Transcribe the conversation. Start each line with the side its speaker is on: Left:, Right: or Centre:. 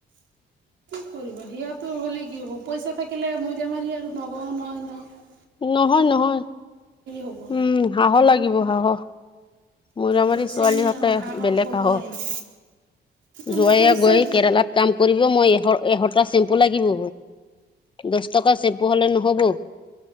Right: কৰিব সেয়াতো হ'লে কি হ'ব, পইচা থাকিলে মৈদা মাৰি আৰু নগও নহয় নহয়।
Left: নহয় নহয়
Right: হ'ব।
Left: উম হাঁহ লাগিব হাঁহ। মৈৰাবাৰি
Right: পইচাই
Left: ছোৱালীহঁতে
Right: নাই আমাৰ হাঁহ
Left: বেলেগ
Right: ক'ৰ
Left: আহ।
Right: পৰা আহিব আমাৰ
Left: যোৱাৱে
Right: পইচাই
Left: গৈ কেৰেলাত কাম কৰিব মই এহ। এশটা চেম্পু লাগিব, দছ টকা চেম্পু হলে নহ'ব